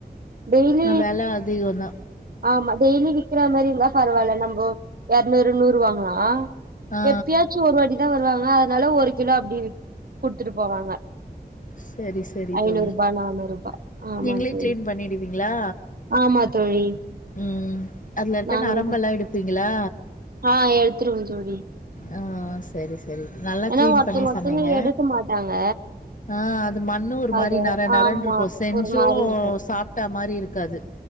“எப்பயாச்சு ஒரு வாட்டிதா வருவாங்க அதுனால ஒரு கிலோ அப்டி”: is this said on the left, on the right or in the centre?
Right